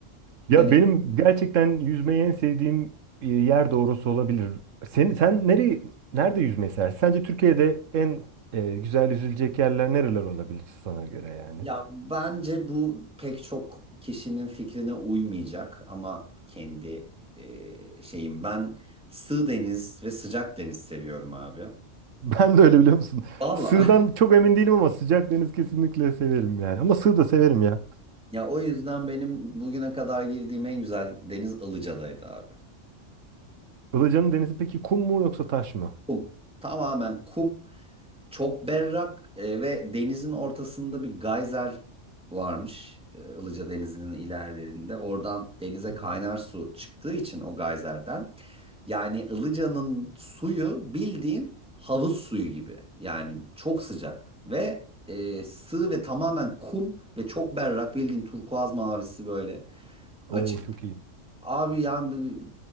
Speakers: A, on the right (about 85°); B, in the centre.
A: Ya
B: Hani
A: benim gerçekten yüzmeyi en sevdiğim e, yer de orası olabilir. Sen, sen nereye, nerede yüzmeyi seversin? Sence Türkiye'de en e, güzel yüzülecek yerler nereler olabilir sana göre yani?
B: ya
A: <laughs>
B: bence bu pek çok kişinin fikrine uymayacak ama kendi e, şeyim. Ben sığ deniz ve sıcak deniz seviyorum abi.
A: Ben de öyle biliyor musun?
B: Vallahi
A: Sığdan çok emin değilim ama sıcak deniz kesinlikle severim yani. Ama sığ da severim ya.
B: <laughs> ya o yüzden benim bugüne kadar girdiğim en güzel deniz Ilıca'daydı abi.
A: Ilıca'nın denizi peki kum mu yoksa taş mı?
B: Kum. Tamamen kum. Çok berrak e, ve denizin ortasında bir gayzer varmış. e, Ilıca Denizi'nin ilerlerinde. Oradan denize
A: Hı
B: kaynar
A: hı.
B: su çıktığı için o gayzerden. Yani Ilıca'nın suyu bildiğin havuz suyu gibi. Yani çok sıcak ve e, sığ ve tamamen kum ve çok berrak bildiğin turkuaz mavisi böyle açık
A: Oo çok iyi.
B: Abi yani